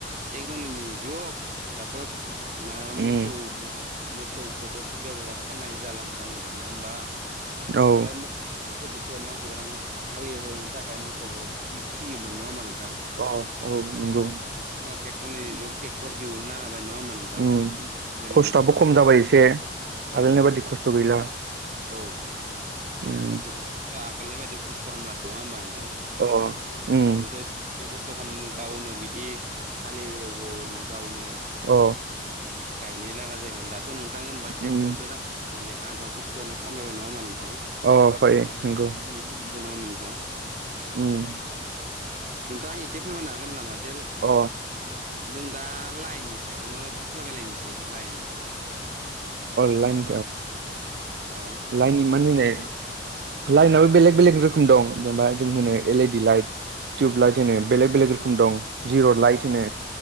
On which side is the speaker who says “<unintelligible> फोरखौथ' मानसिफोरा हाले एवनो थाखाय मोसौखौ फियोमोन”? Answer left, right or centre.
Right